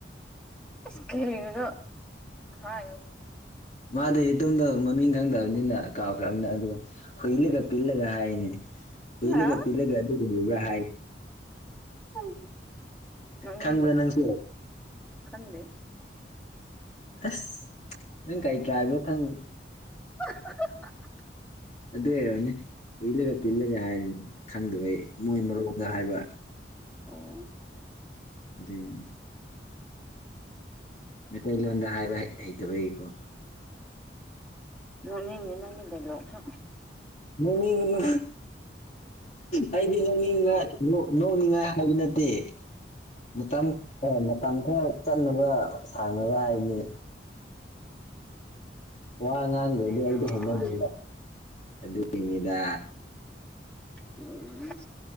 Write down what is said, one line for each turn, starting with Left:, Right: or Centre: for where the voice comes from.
Centre: ꯑꯁ ꯀꯔꯤꯒꯤꯅꯣ ꯍꯥꯏꯌꯨ
Left: ꯃꯥꯗꯤ ꯗꯨꯝꯗ ꯃꯃꯤꯡ ꯈꯪꯗꯕꯅꯤꯅ ꯀꯥꯎꯈ꯭ꯔꯝꯅꯤ ꯑꯗꯨꯒ ꯍꯨꯜꯂꯤꯒ ꯄꯤꯜꯂꯒ ꯍꯥꯏꯅꯦ ꯍꯨꯜꯂꯤꯒ
Centre: ꯍꯥ
Left: ꯄꯤꯜꯂꯒ <unintelligible> ꯍꯥꯏ
Centre: <unintelligible> ꯅꯣꯛꯅꯤꯡꯗꯦ
Left: ꯈꯪꯕ꯭ꯔꯥ ꯅꯪꯁꯨ
Centre: ꯈꯪꯗꯦ
Left: ꯑꯁ ꯅꯪ ꯀꯔꯤ ꯇ꯭ꯔꯥꯏꯞꯅꯣ ꯈꯪ
Centre: <unintelligible>
Left: ꯑꯗꯨꯏ ꯑꯣꯏꯔꯝꯅꯤ ꯄꯤꯜꯂꯒ ꯄꯤꯜꯂꯒ ꯍꯥꯏꯕꯅꯤ ꯈꯪꯗꯕꯩ ꯃꯣꯏ ꯃꯔꯣꯟꯗ ꯍꯥꯏꯕ
Centre: ꯎꯝ꯫
Left: ꯗꯨꯏꯅꯤ ꯃꯩꯇꯩꯂꯣꯟꯗ ꯍꯥꯏꯕ ꯍꯩꯇꯕꯒꯤꯀꯣ
Centre: ꯅꯣꯛꯅꯤꯡꯗꯦ ꯅꯪꯒꯤ ꯗꯥꯏꯂꯣꯛꯇꯣ
Left: ꯅꯣꯛꯅꯤꯡꯉꯨꯅꯨ ꯑꯩꯗꯤ ꯅꯣꯛꯅꯤꯡꯉꯥ ꯅꯣꯛ ꯅꯣꯛꯅꯤꯡꯉꯥꯏ ꯍꯥꯏꯕ ꯅꯠꯇꯦ ꯃꯇꯝ ꯑꯣ ꯃꯇꯝ ꯈꯔ ꯆꯠꯅꯕ ꯁꯥꯡꯅꯕ ꯍꯥꯏꯕꯅꯤ ꯋꯥ ꯉꯥꯡꯗ꯭ꯔꯗꯤ
Centre: ꯌꯥꯔꯦꯗ
Left: ꯑꯩꯗꯤ ꯍꯩꯅꯗꯦꯕ ꯑꯗꯨꯒꯤꯅꯤꯗ
Centre: ꯎꯝ